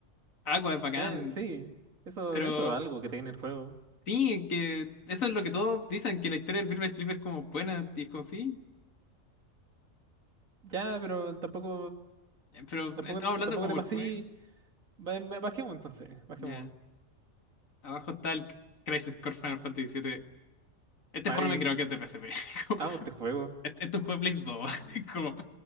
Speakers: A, on the left; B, on the right.
A: Aqua es bacán.
B: Eh, sí, eso,
A: Pero
B: eso es algo que tiene el juego.
A: sí, que eso es lo que todos dicen, que la historia del Birth by Sleep es como buena. Y es como sí.
B: Ya, pero tampoco,
A: Pero
B: tampoco,
A: estamos hablando
B: tampoco
A: como
B: te pasí.
A: el juego.
B: Ba- ba- Bajemos entonces, bajemos.
A: Ya. Abajo está el Crisis Core Final Fantasy VII. Este
B: Mari,
A: juego no me creo que es de PSP. <laughs> Como,
B: amo este juego.
A: Este este es un juego de Play 2. <laughs> Como,